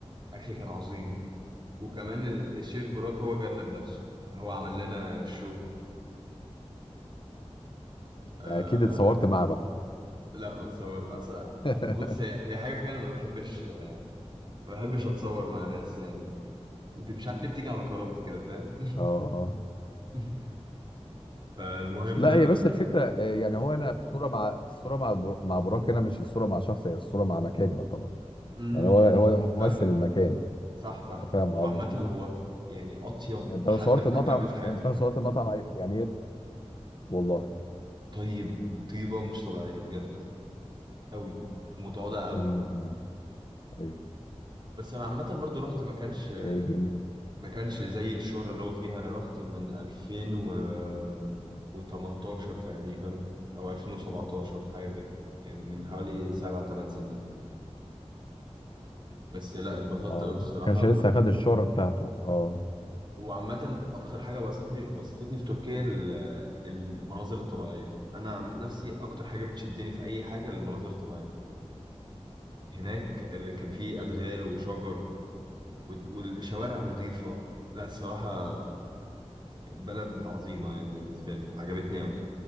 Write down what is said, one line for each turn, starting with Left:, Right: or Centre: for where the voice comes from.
Right: أكل كان عظيم وكمان الشيف بوراك هو جالنا بنفسه هو عمل لنا شو أه
Left: اكيد اتصورت معاه بقى
Right: لا ما اتصور اصل
Left: <laughs>
Right: بص هي هي حاجه فيها انا ما بحبش ما بحبش اتصور مع ناس يعني مش عارف ليه بتيجي على كرامتي كده فاهم
Left: اه اه
Right: <laughs> فالمهم
Left: لا هي بس الفكره آه، يعني هو انا الصوره مع الصوره مع بر- مع براك هنا مش الصوره مع شخص هي الصوره مع مكان يعتبر
Right: امم
Left: يعني هو هو ممثل
Right: فاهمك
Left: المكان يعني
Right: صح صح
Left: فاهم قصدي
Right: وعامه هو يعني اطيب
Left: يعني انت لو
Right: حد
Left: صورت
Right: ممكن
Left: المطعم
Right: تقابله في حياتك
Left: انت لو صورت المطعم عي- يعني ايه والله
Right: طيب طيبه مش طبيعيه بجد قوي ومتواضع قوي
Left: امم أمم. ايوه
Right: بس انا عامه برضو رحت ما كانش
Left: إيه جميل
Right: ما كانش زي الشهرة اللي هو فيها انا رحت من 2018 تقريبا او 2017 حاجة كده يعني من حوالي سبع ثمان سنين بس لا اتبسطت
Left: اه
Right: قوي الصراحة
Left: ما كانش
Right: و...
Left: لسه خد الشهره بتاعته اه
Right: وعامة اكتر حاجة بسطتني بسطتني في تركيا ال- المناظر الطبيعية انا عن نفسي اكتر حاجة بتشدني في اي حاجة المناظر الطبيعية هناك اللي كان فيه ادغال وشجر وال- والشوارع نظيفة لا الصراحة بلد عظيمة يعني بالنسبة لي عجبتني أوي